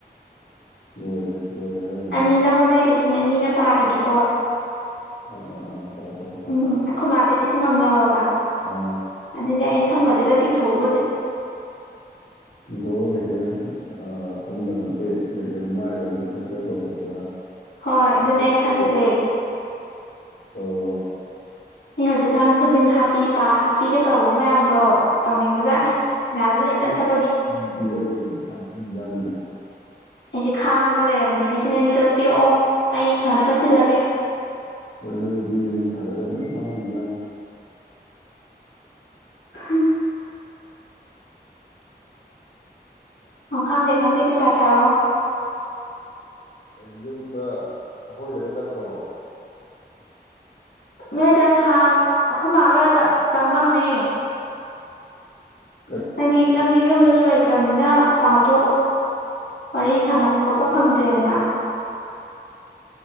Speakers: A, on the left (about 65°); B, on the left (about 85°).
A: ꯍꯧꯖꯤꯛ ꯍꯅꯦ ꯍ ꯌꯥ ꯌꯥ ꯑꯗꯨꯃꯦ
B: ꯑꯅꯤ ꯅꯪꯉꯣꯟꯗꯩ ꯂꯤꯁꯤꯡ ꯑꯅꯤꯅ ꯄꯥꯔꯒꯦꯀꯣ
A: ꯑꯥ ꯑꯥ ꯑꯥ ꯄꯥꯎ ꯄꯥꯎ ꯄꯥꯎ
B: ꯎꯝ ꯑꯩꯈꯣꯏ ꯃꯥꯗꯤ ꯂꯤꯁꯤꯡ ꯑꯃ ꯂꯧꯔꯕ
A: ꯑꯥ
B: ꯑꯗꯨꯗꯤ ꯑꯩ ꯁꯝꯒꯁꯦ ꯈ ꯇꯤꯡꯊꯣꯛꯎꯕ
A: ꯍ ꯀꯦꯀ ꯑ ꯁꯝꯗ ꯅꯠꯇꯦ ꯀꯩ ꯀꯩꯅꯣ ꯃꯥꯏꯒ ꯑꯗꯨꯝ ꯐꯦꯁꯇꯦꯜ ꯇꯧꯊꯣꯛꯇꯅ
B: ꯍꯣꯏ ꯑꯗꯨꯅꯦ
A: ꯑꯌꯥꯕꯈꯩ
B: ꯑꯩ ꯈꯜꯂꯤꯖꯩ
A: ꯇꯧꯔꯣ
B: ꯑꯩ ꯍꯧꯖꯤꯛꯀꯥꯟ ꯈꯨꯖꯤꯟ ꯍꯥꯞꯄꯤ ꯄꯥ ꯍꯥꯞꯄꯤꯒ ꯇꯧꯕ ꯃꯌꯥꯝꯗꯣ ꯇꯧꯅꯤꯡꯕꯖꯥꯠꯅꯤ ꯄꯩꯁꯥꯥꯁꯦ ꯂꯩꯃꯟꯗꯕ
A: ꯎꯝ ꯄꯤꯖꯦꯗꯩꯁꯥ ꯃꯖꯥ ꯂꯩꯗ
B: ꯑꯩꯁꯦ ꯈꯥꯡꯉꯒ ꯂꯩꯔꯕꯅꯦ ꯂꯤꯁꯤꯡ ꯑꯅꯤꯗꯣ ꯄꯤꯔꯛꯑꯣ ꯑꯩ ꯐꯅꯕ ꯁꯤꯜꯂꯒꯦ
A: ꯁꯥꯗꯃ ꯊꯝꯖꯅꯤ
B: <inaudible> ꯑꯣ ꯈꯪꯗꯦ ꯈꯪꯗꯦ ꯄꯩꯁꯥ ꯊꯥꯔꯛꯑꯣ
A: ꯩꯅ ꯌꯨꯝꯗ ꯑꯩꯈꯣꯏꯗꯒ ꯆꯠꯇ꯭ꯔꯕꯣ
B: ꯃꯣꯏꯗꯥ ꯍꯥꯟ ꯑꯈꯣ ꯃꯥꯒ ꯆ ꯆꯥꯉꯝꯃꯦ
A: ꯎꯝ
B: ꯅꯪꯗꯤ ꯅꯪꯗꯤ ꯌꯨꯝꯗꯁꯨ ꯂꯩꯇ ꯐꯠꯇ꯭ꯔꯕꯅꯤꯅ ꯄꯥꯎꯗꯣ ꯋꯥꯔꯤ ꯁꯥꯟꯅꯕ ꯈꯣꯠꯄ ꯐꯪꯗ꯭ꯔꯦꯗꯅ